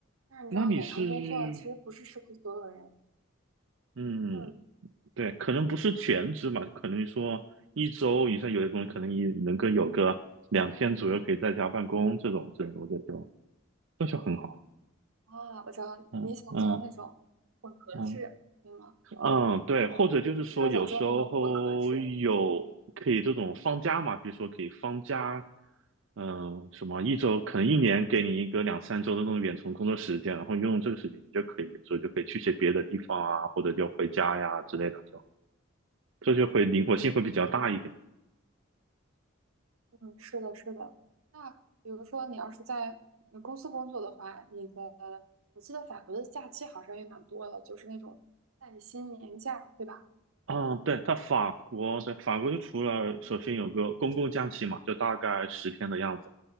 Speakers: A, on the right; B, on the right.
A: 但是你知道远程工作其实不是适合所有人。
B: 那你是嗯。
A: 嗯
B: 对，可能不是全职嘛，可能说一周以上有的工人可能你能够有个两天左右可以在家办公这种之类的我觉得就那就很好。
A: 啊，我知道你想做那种合制，
B: 嗯嗯嗯
A: 对吗？
B: 嗯，对，或者就是说有时候有可以这种放假嘛，
A: 你是不是想做那种混合制？
B: 比如说可以放假，嗯、什么一周可能一年给你一个两三周的那种远程工作时间，然后用这个时间你就可以有时候就可以去些别的地方啊，或者就回家呀之类的，就这就会灵活性会比较大一点。
A: 嗯嗯，是的，是的。那比如说你要是在呃公司工作的话，你的我记得法国的假期好像也蛮多的，就是那种带薪年假，对吧？
B: 啊，对，它法国，对，法国就除了首先有个公共假期嘛，就大概十天的样子，